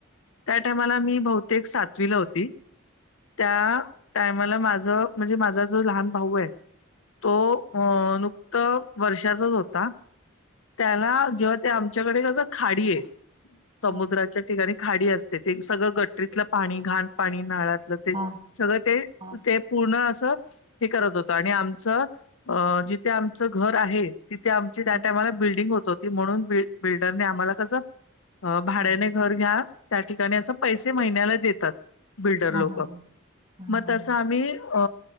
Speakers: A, on the left (about 80°); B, on the right (about 25°).
A: त्या टायमाला मी बहुतेक सातवीला होती त्या टायमाला माझ म्हणजे माझा जो लहान भाऊ आहे तो अ नुकता तर वर्षाचाच होता. त्याला जेव्हा ते आमच्याकडे कसं खाडी आहे समुद्राच्या
B: हा हा
A: ठिकाणी खाडी असते. ते सगळं गट्टरीतलं पाणी घाण पाणी नाळातलं ते
B: हा हा हा
A: सगळं ते
B: हा
A: ते पूर्ण असं हे करत होतं आणि आमचं जिथे आमचं घर आहे. तिथे आमची त्या
B: हम्म.
A: टायमाला बिल्डिंग होत होती म्हणून बि बिल्डरने आम्हाला कसं भाड्याने
B: हम्म.
A: घर घ्या त्या ठिकाणी असं पैसे महिन्याला देतात. बिल्डर
B: हा
A: लोक
B: हा हा हा
A: मग
B: हा
A: तसं
B: हा
A: आम्ही अ